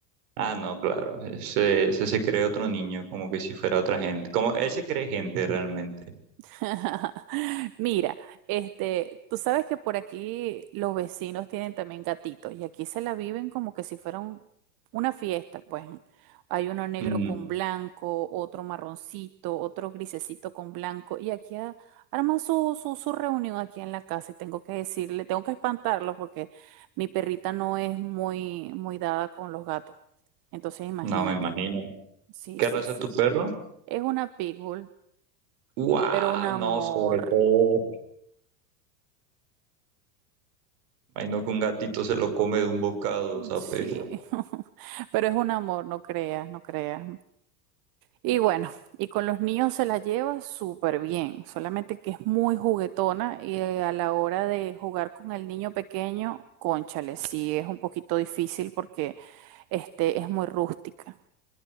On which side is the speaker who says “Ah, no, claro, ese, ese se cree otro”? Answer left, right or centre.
Right